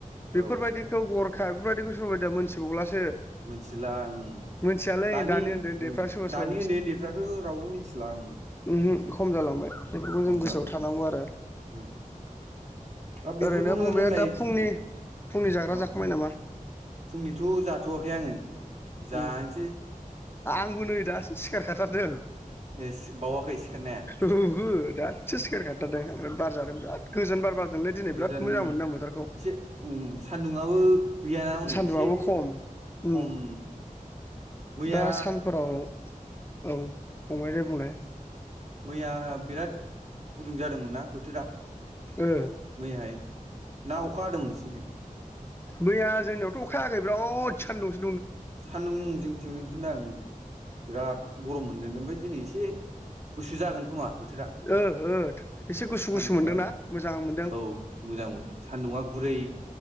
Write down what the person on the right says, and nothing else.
औ
मिथिला ओं
दानि
ओ
दानि उन्दै उन्दैफ्राथ' रावबो मिथिला उम
खम
जालांबाय
उम दा बेफोरखौनो
रोंनाय
औ
फुंनिथ' जाथ'वाखै आङो जानोसै
ए बावाखै सिखारनाया?
गोजान
एसे उ सान्दुंङाबो गैयाना हनै
एसे
खम। मैया
मैया बिराद गुदुं जादोंमोन मोनना बोथोरा
मैयाहाय ना अखा हादोंमोन नोंसोनिथिं?
सान्दुं जोंथिं <unintelligible> आ बिराद गरम मोनदों ओमफ्राय दिनै एसे गुसु जागोन खोमा। बोथोरा
सान्दुंङा
औ मोजां मोनदों सान्दुंङा गुरै। दैै